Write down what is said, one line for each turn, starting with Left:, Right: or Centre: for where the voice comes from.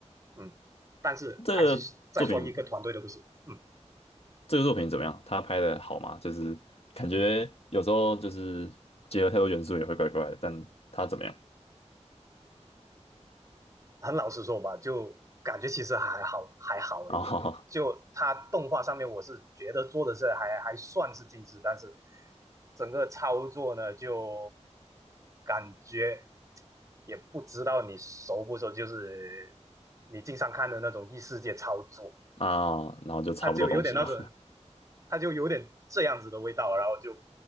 Right: 嗯，但是还是再说一个团队的故事，
Left: 这个作品，
Right: 嗯，
Left: 这个作品怎么样？他拍的好吗？就是感觉有时候就是结合太多元素也会怪怪的，但他怎么样？
Right: 很老实说吧，就感觉其实还好，还好而已。
Left: 然后
Right: 就它动画上面，
Left: <laughs>
Right: 我是觉得做的是还还算是精致，但是整个操作呢，就感觉也不知道你熟不熟，就是你经常看的那种异世界操作，
Left: 啊，然后就差不多东西嘛。
Right: 它就有点那种，它就有点这样子的味道，然后就，